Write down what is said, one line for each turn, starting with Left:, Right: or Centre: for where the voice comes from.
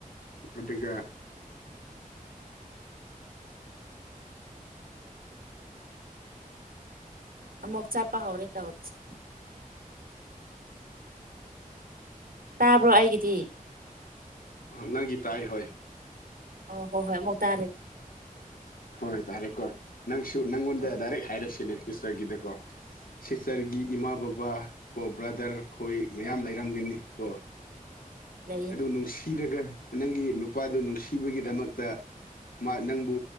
Left: ꯑꯗꯨꯒ
Right: ꯑꯃꯨꯛ ꯆꯥꯞꯄ ꯍꯧꯔꯦ ꯇꯧꯔꯤꯁꯦ ꯇꯥꯕ꯭ꯔꯣ ꯑꯩꯒꯤꯗꯤ
Left: ꯑꯥ ꯅꯪꯒꯤ ꯇꯥꯏ ꯍꯣꯏ
Right: ꯑꯣ ꯍꯣꯏ ꯍꯣꯏ ꯑꯃꯨꯛ ꯇꯥꯔꯦ
Left: ꯍꯣꯏ ꯇꯥꯔꯦꯀꯣ ꯅꯪꯁꯨ ꯅꯪꯉꯣꯟꯗ
Right: ꯍꯣꯏ
Left: ꯗꯥꯏꯔꯦꯛ ꯍꯥꯏꯔꯁꯤꯅꯦ ꯁꯤꯁꯇꯔꯒꯤꯗꯀꯣ ꯁꯤꯁꯇꯔꯒꯤ ꯏꯃꯥ ꯕꯕꯥ ꯀꯣ ꯕ꯭ꯔꯥꯗꯔ ꯑꯩꯈꯣꯏ ꯃꯌꯥꯝ ꯂꯩꯔꯝꯒꯅꯤ ꯀꯣ
Right: ꯂꯩꯌꯦ
Left: ꯑꯗꯨ
Right: ꯂꯩ
Left: ꯅꯨꯡꯁꯤꯔꯒ ꯅꯪꯒꯤ ꯅꯨꯄꯥꯗꯨ ꯅꯨꯡꯁꯤꯕꯒꯤꯗꯃꯛꯇ ꯃꯥ ꯅꯪꯕꯨ